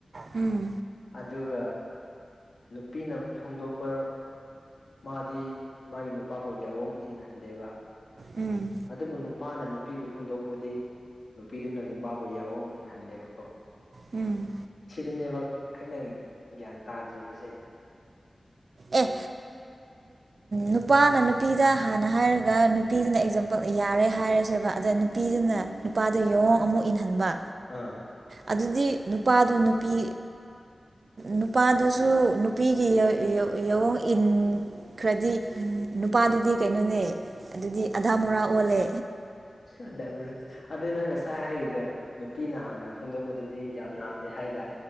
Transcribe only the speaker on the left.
ꯑꯗꯨꯒ ꯅꯨꯄꯤꯅ ꯐꯣꯡꯗꯣꯛꯄ ꯃꯥꯗꯤ ꯃꯥꯒꯤ ꯅꯨꯄꯥꯕꯨ ꯌꯥꯋꯣꯡ ꯏꯟꯍꯟꯗꯦꯕ
ꯑꯗꯨꯕꯨ ꯅꯨꯄꯥꯅ ꯅꯨꯄꯤꯕꯨ ꯐꯣꯡꯗꯣꯛꯄꯗꯤ ꯅꯨꯄꯤꯗꯨꯅ ꯅꯨꯄꯥꯕꯨ ꯌꯥꯑꯣꯡ ꯏꯟꯍꯜꯂꯦꯕꯀꯣ
ꯁꯤꯗꯅꯦꯕ ꯑꯩꯅ ꯒ꯭ꯌꯥꯟ ꯇꯥꯗ꯭ꯔꯤꯕꯁꯦ꯫
ꯑꯥ
ꯑꯗ ꯑꯗꯨ ꯅꯪ ꯉꯁꯥꯏ ꯍꯥꯏꯒꯤꯗꯣ ꯅꯨꯄꯤꯅ ꯍꯥꯟꯅ ꯐꯣꯡꯗꯣꯛꯄꯗꯗꯤ ꯌꯥꯝ ꯉꯝꯃꯦ ꯍꯥꯏꯗ